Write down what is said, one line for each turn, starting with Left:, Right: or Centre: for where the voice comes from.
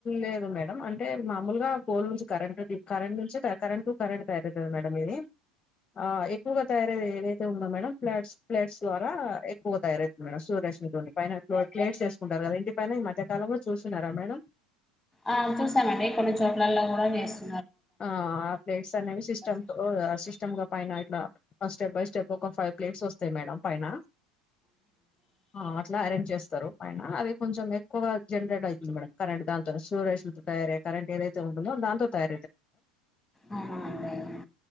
Left: లేదు మేడం అంటే. మామూలుగా పోల్ నుంచి కరెంట్ కరెంట్ నుంచి కరెంట్ టు కరెంట్ తయారువుతుంది మేడంది ఇది. ఆ ఎక్కువగా తయారయ్యేది. అతే ఉందా మేడం ఫ్లాట్స్ ఫ్లాట్స్ ద్వారా ఎక్కువగా తయారైతు మేడం సూర్యేష్ ఉండి పైన ప్లేట్స్ చేసుకుంటారు కదా ఇంటి. పైన ఈ మధ్యకాలంలో చూస్తున్నారా మేడం.
Centre: ఆ చూసామండి కొన్ని చోట్లల్లో కూడా చేస్త.
Left: ఆ ఆ ప్లేట్స్ అనేవి సిస్టమ్
Centre: చెప్తున్నారు
Left: సిస్టమ్. పైన ఇట్లా స్టెప్ బై స్టెప్ ఒక ఫైవ్ ప్లేట్స్ వస్తాయి మేడం పైన. ఆ అట్లా అరేంజ్ చేస్తారు. పైన అది కొంచెం ఎక్కువగా జనరేట్ అవుతుంది మేడం కరెంట్ దాంతోనె షోషల తయారే కరెంఇట్ ఏదైతే ఉంటుందో దాంతో తయార.
Centre: అవునా అండి నేను